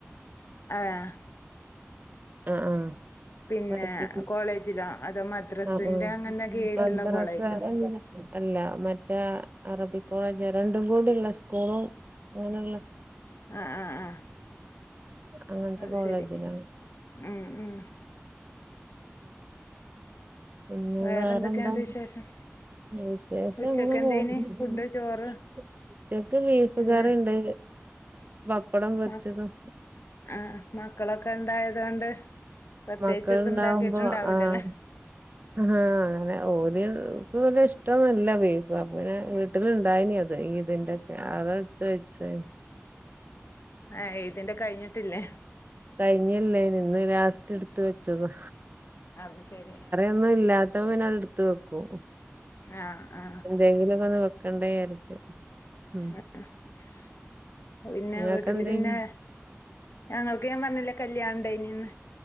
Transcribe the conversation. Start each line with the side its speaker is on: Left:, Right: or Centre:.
Left: ഏഹ്
Right: ആഹ് ആഹ്
Left: പിന്നെ
Right: പഠിപ്പിക്കി
Left: കോളേജിലോ അതോ മദ്രസിന്റെ
Right: ആഹ് ആഹ്
Left: അങ്ങനെ കീഴിലുള്ള
Right: മദ്രസെ
Left: കോളേജോ
Right: അല്ല അല്ല മറ്റേ അറബിക് കോളേജ് രണ്ടും കൂടിള്ള സ്കൂളും അങ്ങനെള്ള.
Left: ആഹ് ആഹ് ആഹ്
Right: അങ്ങൻത്തെ
Left: അത്
Right: കോളേജിലാണ്.
Left: ശരി ഉം ഉം
Right: പിന്നെ
Left: വേറെ
Right: വേറെന്താ?
Left: എന്തൊക്കെയാണ്ട് വിശേഷം
Right: വിശേഷം
Left: ഉച്ചക്ക്
Right: അങ്ങനെ
Left: എന്തേനി
Right: പോ
Left: ഫുഡ് ചോറ്
Right: <inaudible> ഉച്ചക്ക് ബീഫ്
Left: ഇന്ന്
Right: കറിണ്ട് ബപ്പടം പൊരിച്ചതും.
Left: മക്ക ആഹ് മക്കളൊക്കെ ഇണ്ടായതോണ്ട് പ്രത്യേകിച്ച്
Right: മക്കളുണ്ടാവുമ്പോ
Left: എത്തും ഇണ്ടാക്കിട്ട്ണ്ടാവൂലല്ലേ.
Right: ആഹ് ആഹ് അങ്ങനെ ഓല് ക്ക്‌ വലിയ ഇഷ്ടൊന്നുല്ല ബീഫ്. അപ്പപ്പിന്നെ വീ ട്ടില് ഇണ്ടായിനി അത് ഈദിന്റൊക്കെ അതാണ്ട്ട്ത്ത് വെച്ചെനി.
Left: ഏഹ് ഈദിന്റെ കഴിഞ്ഞിട്ടില്ലേ.
Right: കഴിഞ്ഞില്ലേനി. ഇന്ന്‌ ലാസ്റ്റ്ട്ത്ത് വെച്ചതാ.
Left: അത് ശരി
Right: ഒന്നും ഇല്ലാത്തപ്പം പിന്നാണ്ട് ഇട്ത്ത് വെക്കും.
Left: ആഹ് ആഹ്
Right: എന്തേങ്കിലൊക്കൊന്ന് വെക്കണ്ടെ വിചാരിച്ച്. ഉം
Left: ആഹ് പിന്നെ
Right: നിങ്ങക്ക്
Left: വീട്ടില്
Right: എന്തേനി
Left: പിന്നെ ഞങ്ങൾക്ക് ഞാൻ പർഞ്ഞില്ലെ കല്യാണണ്ടായ്നിന്ന്.